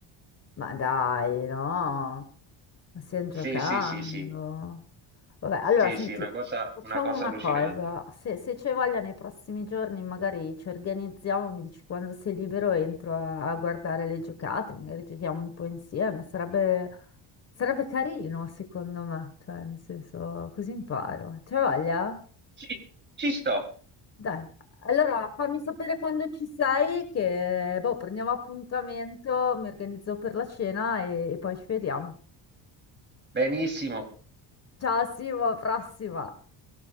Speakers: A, on the left; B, on the right.
A: Ma dai, no, ma stiamo giocando.
B: Sì, sì, sì, sì.
A: Vabbè, allora
B: Sì,
A: senti,
B: sì, una cosa,
A: facciamo
B: una cosa
A: una
B: allucinante.
A: cosa, se, se c'è voglia nei prossimi giorni magari ci organizziamo, mi dici quando sei libero entro a, a guardare le giocate, magari giochiamo un po' insieme, sarebbe, sarebbe carino secondo me, cioè nel senso così imparo. C'è voglia?
B: Sì, ci sto.
A: Dai, allora fammi sapere quando ci sei, che boh, prendiamo appuntamento, mi organizzo per la cena e, e poi ci vediamo.
B: Benissimo.
A: Ciao Simo, alla prossima!